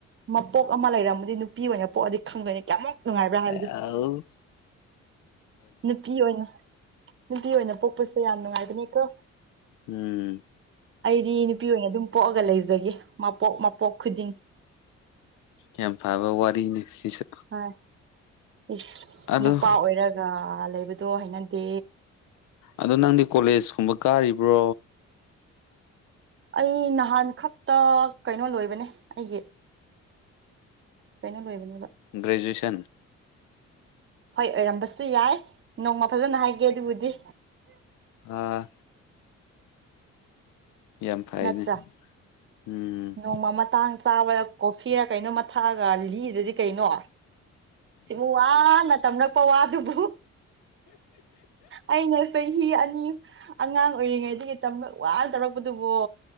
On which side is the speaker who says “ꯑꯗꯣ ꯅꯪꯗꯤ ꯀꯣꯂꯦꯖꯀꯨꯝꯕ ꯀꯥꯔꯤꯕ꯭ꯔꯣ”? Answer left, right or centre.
Left